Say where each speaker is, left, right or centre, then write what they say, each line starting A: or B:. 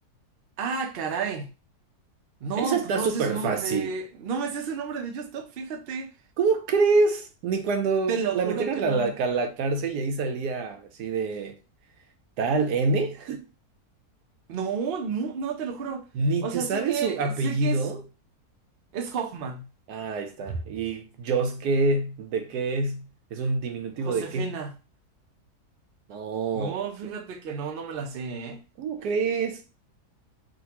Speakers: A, on the right; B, on the right.
A: Ah, caray. No,
B: Esa está
A: pues no
B: súper
A: me sé su nombre
B: fácil.
A: de... No me sé su nombre de Yo Stop, fíjate.
B: ¿Cómo crees? Ni cuando
A: Te lo
B: la
A: juro
B: metieron
A: que no.
B: a la, a la cárcel y ahí salía así de tal N.
A: No, no, no, te lo juro.
B: Ni
A: O
B: te
A: sea,
B: sabes
A: sé que,
B: su apellido.
A: sé que es, es Hoffman.
B: Ah, ahí está. ¿Y Just qué? ¿De qué es? ¿Es un diminutivo
A: Josefina.
B: de qué? No.
A: No, fíjate que no, no me la sé, ¿eh?
B: ¿Cómo crees?